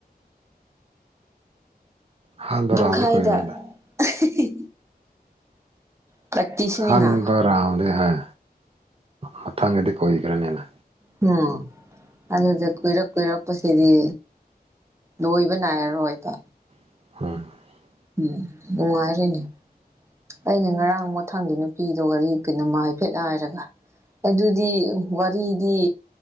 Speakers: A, on the right (about 40°); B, on the right (about 15°).
A: ꯑꯍꯥꯟꯕ
B: ꯕꯨꯡꯈꯥꯏꯗ
A: ꯔꯥꯎꯟꯗꯤ ꯀꯨꯏꯔꯣꯏꯗ
B: ꯑꯥ ꯍꯤ ꯍꯤ ꯄ꯭ꯔꯦꯛꯇꯤꯁꯅꯤꯅ
A: ꯑꯍꯥꯟꯕ ꯔꯥꯎꯟ ꯅꯩꯦ ꯍꯥꯏ ꯃꯊꯪꯒꯤꯗꯤ ꯀꯨꯏ ꯒ꯭ꯔꯥꯅꯤꯅ
B: ꯎꯝ ꯑꯗꯨꯗꯤ ꯀꯨꯏꯔꯛ ꯀꯨꯏꯔꯛꯄꯁꯤ ꯁꯤꯗꯤ ꯂꯣꯏꯕ ꯅꯥꯏꯔꯔꯣꯏꯗ
A: <unintelligible>
B: ꯎꯝ ꯅꯨꯡꯉꯥꯏꯔꯦꯅꯦ ꯑꯩꯅ ꯉꯔꯥꯡ ꯃꯊꯪꯒꯤ ꯅꯨꯄꯤꯗꯣ ꯒꯥꯔꯤ ꯀꯩꯅꯣꯃꯥꯏ ꯍꯥꯏꯐꯦꯠ ꯍꯥꯏꯔꯒ ꯑꯗꯨꯗꯤ ꯋꯥꯔꯤꯗꯤ